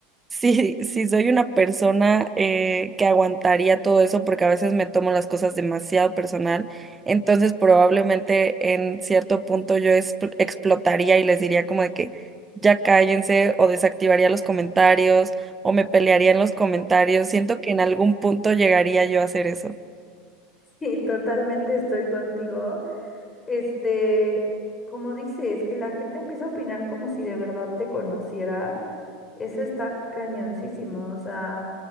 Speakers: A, on the right (about 20°); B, on the left (about 25°).
A: Sí, sí, soy una persona eh, que aguantaría todo eso porque a veces me tomo las cosas demasiado personal, entonces probablemente en cierto punto yo expl- explotaría y les diría como de que ya cállense o desactivaría los comentarios o me pelearía en los comentarios. Siento que en algún punto llegaría yo a hacer eso.
B: Y totalmente estoy contigo. Este, como dices, que la gente empieza a opinar como si de verdad te conociera, eso está cañoncísimo. O sea,